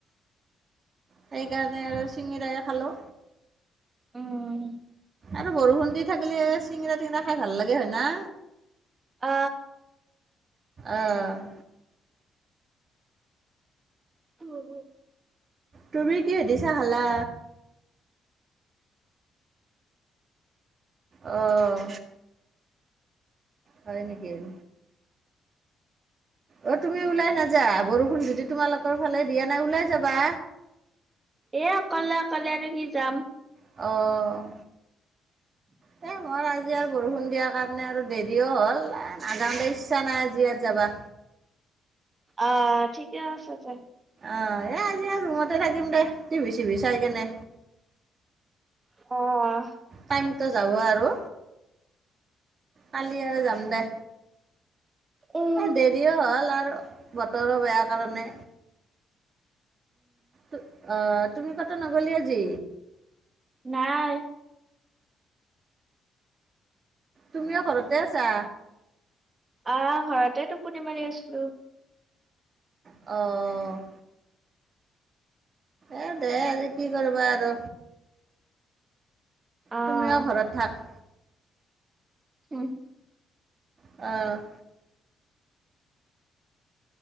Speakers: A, on the right; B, on the right.
A: সেইকাৰণে আৰু চিঙিৰাই খালোঁ।
B: উম
A: আৰু বৰষুণ দি থাকিলে চিঙিৰা টিঙিৰা খাই ভাল লাগে হয় না।
B: আ
A: অহ
B: বুবু
A: তুমি কিহে দি চাহ খালা? অঁ হয় নেকিন অ তুমি ওলাই নাযা, বৰষুণ যদি তোমালোকৰ ফালে দিয়া নাই ওলাই যাবা।
B: এই অকলে অকলে আৰু কি যাম।
A: অঁ
B: <unintelligible>
A: এ মই আজি আৰু বৰষুণ দিয়াৰ কাৰণে আৰু দেৰিও হ'ল এ নাযাওঁ দে ইচ্ছা নাই আজি আৰ যাবা।
B: অ ঠিকে আছে তে
A: অ এই আজি আৰু ৰুমতে থাকিম দে টিভি চিভি চাই কেনে।
B: অ
A: টাইমতো যাব আৰু কালি আৰু যাম দে।
B: উম
A: এ দেৰিও হ'ল আৰু বতৰো বেয়া কাৰণে। ত অ তুমি কতো নগলি আজি।
B: নাই।
A: তুমিও ঘৰতে আচা।
B: অ ঘৰতে টোপনি মাৰি আছিলোঁ।
A: অ এ দে আজি কি কৰবা আৰু
B: আহ
A: তুমিও ঘৰত থাক।
B: ও
A: অ,
B: <inaudible>